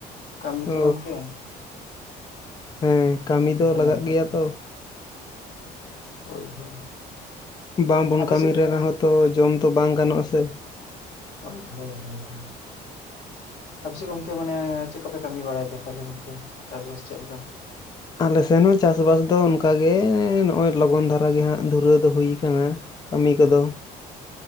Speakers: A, on the left (about 80°); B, on the left (about 25°).
A: ᱠᱟᱹᱢᱤ
B: ᱚ
A: ᱛᱚ ᱜᱚᱢᱠᱮ,
B: ᱦᱮᱸ ᱠᱟᱹᱢᱤ
A: ᱚᱱᱟ
B: ᱫᱚ
A: ᱠᱚ
B: ᱞᱟᱜᱟᱜ
A: ᱧᱟᱢ ᱠᱟᱜ
B: ᱜᱮᱭᱟ
A: ᱵᱤᱱᱟ?
B: ᱛᱚ
A: ᱦᱳᱭ ᱦᱳᱭ᱾
B: ᱵᱟᱝᱵᱚᱱ
A: ᱟᱯᱮ
B: ᱠᱟᱹᱢᱤ
A: ᱥᱮᱫ
B: ᱨᱮ ᱨᱮᱦᱚᱸ ᱛᱚ ᱡᱚᱢ ᱫᱚ ᱵᱟᱝ ᱜᱟᱱᱚᱜᱼᱟ ᱥᱮ᱾
A: ᱦᱳᱭ ᱦᱳᱭ ᱦᱳᱭ ᱟᱯᱮ ᱥᱮᱫ ᱜᱚᱝᱠᱮ ᱢᱟᱱᱮ ᱪᱮᱫ ᱠᱚ ᱯᱮ ᱠᱟᱹᱢᱤ ᱵᱟᱲᱟᱭᱮᱫᱟ ᱛᱟᱦᱚᱞᱮ ᱜᱚᱝᱠᱮ ᱪᱟᱥ ᱵᱟᱥ ᱪᱮᱫ ᱞᱮᱠᱟ?
B: ᱟᱞᱮ ᱥᱮᱱ ᱦᱚᱸ ᱪᱟᱥᱵᱟᱥ ᱫᱚ ᱚᱱᱠᱟᱜᱮ ᱱᱚᱜᱼᱚᱭ ᱞᱚᱜᱚᱱ ᱫᱷᱟᱨᱟ ᱜᱮ ᱦᱟᱸᱜ ᱫᱷᱩᱨᱟᱹᱣ ᱫᱚ ᱦᱩᱭ ᱟᱠᱟᱱᱟ ᱾ ᱠᱟᱹᱢᱤ ᱠᱚᱫᱚ᱾